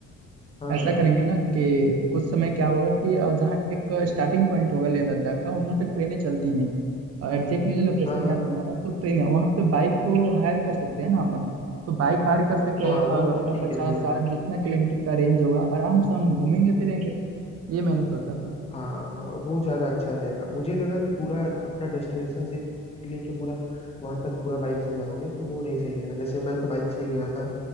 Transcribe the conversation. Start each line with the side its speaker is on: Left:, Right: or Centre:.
Left: हाँ
Right: ऐसा
Left: हाँ
Right: करेंगे ना कि कुछ समय क्या होगा कि अ, जहाँ एक स्टार्टिंग पॉइंट होगा लेह लद्दाख का वहाँ तक ट्रेनें चलती हैं एग्जैक्ट मुझे लोकेशन
Left: हाँ हाँ
Right: याद नहीं आ रहा तो ट्रेन है वहाँ पे बाइक को हायर कर सकते हैं ना अपन तो बाइक हायर कर सके
Left: हाँ
Right: और
Left: वो
Right: अपना
Left: तो ठीक
Right: पचास
Left: है फिर
Right: साठ जितना किलोमीटर का रेंज होगा आराम से हम घूमेंगे फिरेंगे ये मैंने सोचा था
Left: हाँ हाँ, वो ज़्यादा अच्छा रहेगा मुझे लगा कि पूरा अपना डेस्टिनेशन से लेके पूरा वहाँ तक पूरा बाइक से जाओगे तो वो नहीं सही रहेगा जैसे मैं तो बाइक से ही गया था